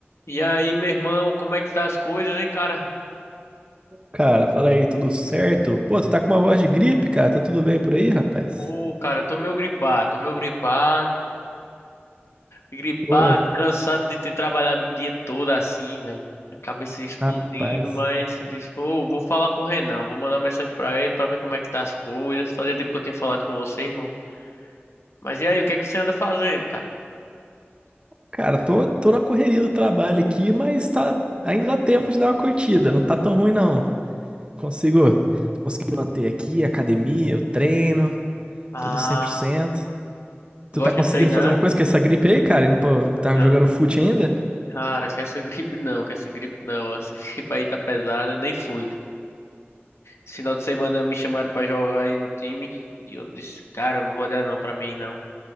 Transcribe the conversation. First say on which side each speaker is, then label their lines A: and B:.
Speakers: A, on the left; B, on the right.
A: E aí, meu irmão, como é que tá as coisas, hein, cara?
B: Cara, fala aí, tudo certo? Pô, tu tá com uma voz de gripe, cara. Tá tudo bem por aí, rapaz?
A: Ô, cara, tô meio gripado, tô meio gripado, gripado,
B: Pô,
A: cansado de ter trabalhado o dia todo assim, velho. A cabeça explodindo,
B: rapaz.
A: mas eu disse, vou, vou falar com o Renan, vou mandar uma mensagem pra ele pra ver como é que tá as coisas. Fazia tempo que eu tinha falado com você, irmão. Mas e aí, o que é que você anda fazendo, cara?
B: Cara, tô, tô na correria do trabalho aqui, mas tá, ainda dá tempo de dar uma curtida. Não tá tão ruim, não. Consigo, tô conseguindo manter aqui, academia, o treino,
A: Ah,
B: tudo 100%.
A: gosta
B: Tu tá conseguindo
A: de treinar?
B: fazer uma coisa com essa gripe aí, cara? E não pô, tá
A: Não,
B: jogando fute ainda?
A: cara, que essa <laughs> gripe não, que essa gripe não, essa <laughs> gripe aí tá pesada, eu nem fui. Esse final de semana me chamaram pra jogar aí no time e eu disse, cara, eu não vou olhar não pra mim não.